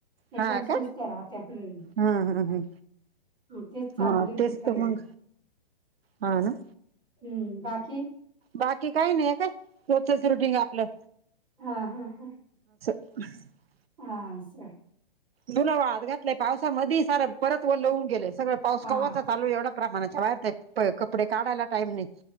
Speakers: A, on the right; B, on the right.
A: एकदम
B: हा
A: स्वस्त
B: का
A: राहत्या. हम्म.
B: हा हा हा.
A: ह तेच चालली
B: हा
A: होती
B: तेच
A: खरेदी.
B: तर मग हा ना?
A: हम्म, बाकी?
B: बाकी काही नाही काय रोजचच रुटिंग आपलं.
A: हा, हा, हा.
B: <unintelligible>
A: हा असं.
B: धुणं वाळत घातलाय पावसा मधी सार परत ओल होऊन गेलंय. सगळं पाऊस
A: हा
B: कवाचा चालू एवढा प्रमाणाच्या बाहेर कपडे काढायला टाईम नाही